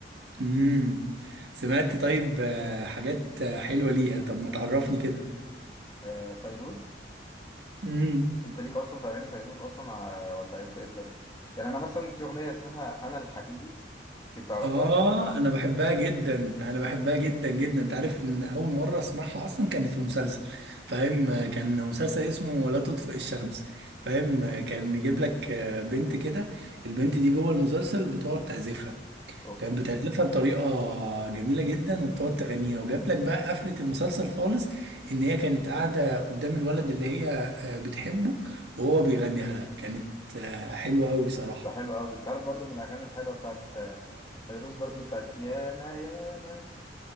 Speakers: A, on the right; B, on the left.
A: امم سمعت طيب آه، حاجات آه، حلوه ليها طب ما تعرفني كده
B: آه فيروز
A: امم
B: انت ليك اصلا في اغاني فيروز اصلا آه، ولا انت ايه الدنيا يعني انا مثلا في اغنيه اسمها انا الحبيبي كنت تعرفها
A: اه انا بحبها جدا انا بحبها جدا جدا انت عارف
B: أوه.
A: ان اول مره اسمعها اصلا كانت في مسلسل فاهم آه، كان مسلسل اسمه لا تطفئ الشمس فاهم آه، كان يجيب لك آه، بنت كده البنت دي جوه المسلسل بتقعد تعزفها
B: اوف
A: كانت بتعزفها بطريقة جميلة جدا وبتقعد تغنيها وجاب لك بقى قفلة المسلسل خالص ان هي كانت قاعدة قدام الولد اللي هي آه، بتحبه وهو بيغنيها لها كانت آه، حلوة قوي بصراحة
B: ده حلو قوي انت عارف برضو من الاغاني الحلوه بتاعت آه، فيروز برضو بتاعت يانا يانا